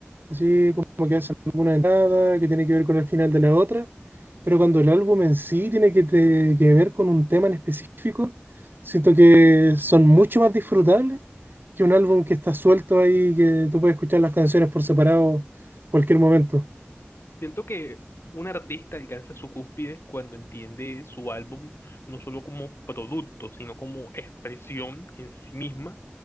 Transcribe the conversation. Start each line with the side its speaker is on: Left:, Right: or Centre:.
Right: así como que hacen alguna entrada que tiene que ver con el final de la otra pero cuando el álbum en sí tiene que, te- que ver con un tema en específico, siento que son mucho más disfrutables que un álbum que está suelto ahí, que tú puedes escuchar las canciones por separado cualquier momento.
Left: Siento que un artista alcanza su cúspide cuando entiende su álbum no solo como producto, sino como expresión en sí misma